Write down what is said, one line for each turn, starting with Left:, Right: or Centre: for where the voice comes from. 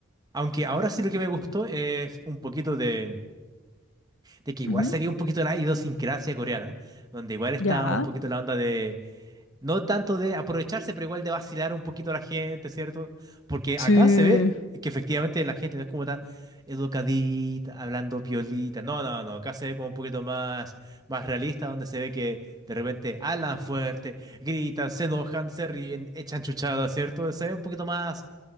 Right: Aunque ahora sí lo que me gustó es un poquito de, de que igual
Left: Ujú.
Right: se vio un poquito la idiosincrasia coreana, donde igual está
Left: Ya.
Right: un poquito la onda de... No tanto de aprovecharse, pero igual de vacilar un poquito a la gente, ¿cierto? Porque
Left: Sí.
Right: acá se ve que efectivamente la gente no es como tan educadita, hablando piolita. No, no, no. Acá se ve como un poquito más, más realista, donde se ve que de repente hablan fuerte, gritan, se enojan, se ríen, echan chuchadas, ¿cierto? Se ve un poquito más,